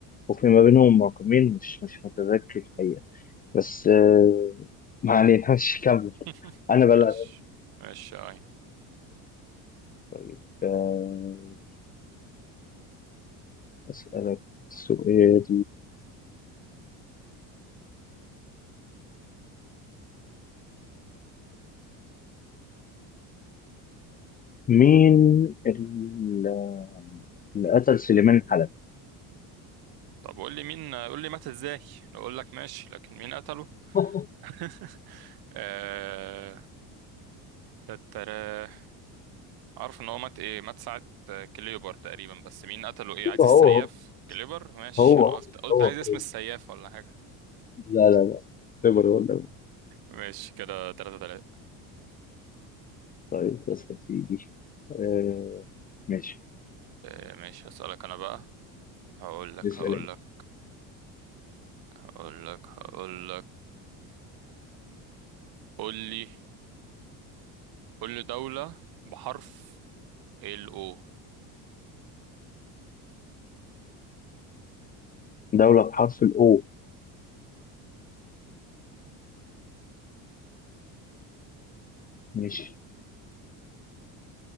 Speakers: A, on the left (about 25°); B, on the right (about 65°).
A: وفي ما بينهم رقمين مش مش متذكر الحقيقة بس آه، ما علينا <laughs> مش كمل
B: <laughs>
A: أنا
B: ماشي
A: بلعب
B: ماشي أي
A: طيب آه، أسألك سؤال مين ال- اللي قتل سليمان حلب؟
B: طب قول لي مين قول لي مات ازاي اقول لك ماشي لكن مين قتله
A: <laughs>
B: <laughs> آه... تتراه عارف ان هو مات ايه مات ساعة كليبر تقريبا بس مين قتله ايه عايز
A: هو
B: السياف كليبر ماشي
A: هو
B: انا قلت قلت
A: هو
B: عايز
A: كويس
B: اسم السياف ولا حاجة
A: لا لا اعتبر ولا
B: ماشي كده تلاتة تلاتة
A: طيب بس يا سيدي آه ماشي
B: آه، ماشي هسألك أنا بقى هقول لك
A: اسأل
B: هقول
A: انت
B: لك هقول لك هقول لك قول لي قول لي دولة بحرف ال O
A: دولة بحرف الأو ماشي